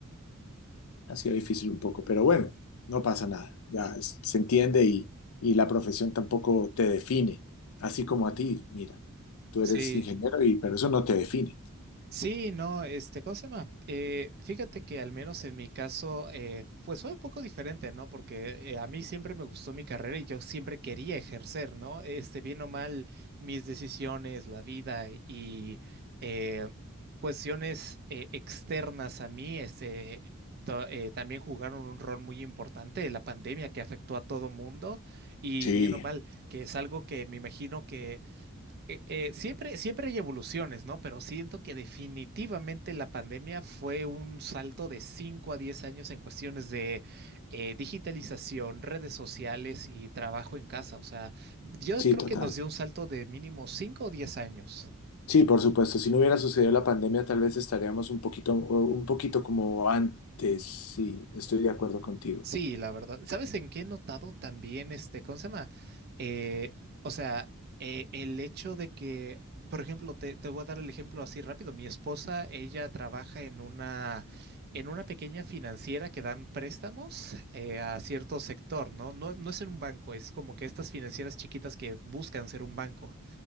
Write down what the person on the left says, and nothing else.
ha sido difícil un poco, pero bueno, no pasa nada, ya es- se entiende y, y la profesión tampoco te define, así como a ti, mira, tú
eres ingeniero y pero eso no te define.
Sí,
sí,
total.
Sí, por supuesto. Si no hubiera sucedido la pandemia, tal vez estaríamos un poquito, un poquito como antes. Sí, estoy de acuerdo contigo.